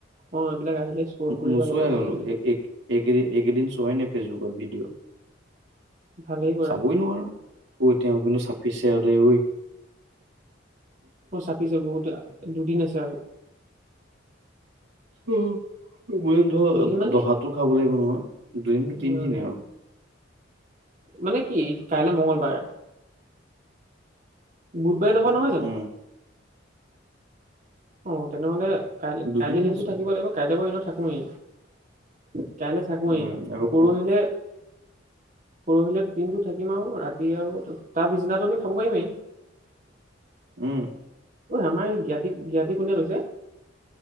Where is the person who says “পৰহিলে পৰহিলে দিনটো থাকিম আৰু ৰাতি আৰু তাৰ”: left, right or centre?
Right